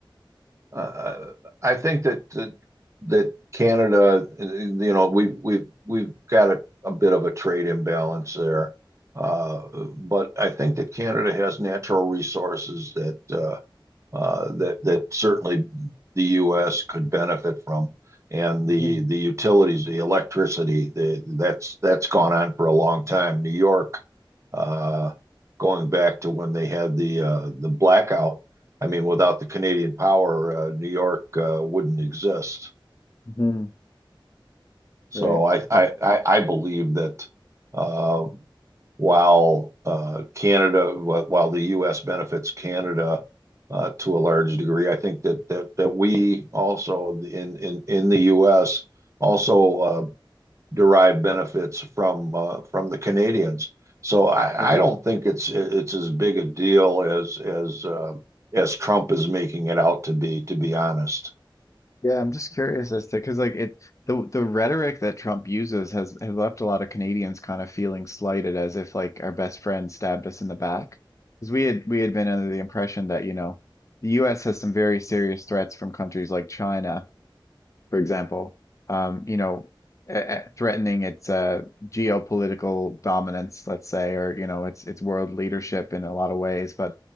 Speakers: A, on the right; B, on the left.
A: uh, I think that, that that Canada, you know, we've we've we've got a, a bit of a trade imbalance there, uh, but I think that Canada has natural resources that uh, uh, that that certainly the U.S. could benefit from. And the
B: Mm-hmm.
A: the utilities, the electricity, the, that's that's gone on for a long time. New York, uh, going back to when they had the uh, the blackout, I mean, without the Canadian power, uh, New York uh, wouldn't exist.
B: Mm-hmm.
A: So
B: Right.
A: I
B: That's-
A: I I believe that uh, while uh, Canada while the U.S. benefits Canada uh, to a large degree, I think that that that we also in in in the U.S. also uh, derive benefits from uh, from the Canadians. So I
B: yeah.
A: I don't think it's it's as big a deal as as uh, as Trump is making it out to be, to be honest.
B: Yeah. I'm just curious as to because like it the the rhetoric that Trump uses has has left a lot of Canadians kind of feeling slighted as if like our best friend stabbed us in the back because we had we had been under the impression that you know the U.S. has some very serious threats from countries like China for example, um, you know, uh, threatening its uh, geopolitical dominance, let's say, or you know, its its world leadership in a lot of ways. But